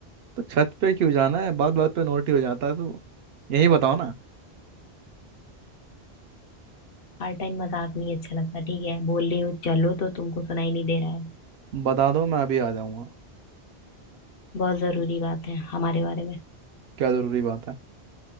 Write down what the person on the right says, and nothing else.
तो छत पे क्यों जाना है बात बात पे नोट ही हो जाता है तो यही बताओ ना
बता दो मैं अभी आ जाऊँगा
क्या ज़रूरी बात है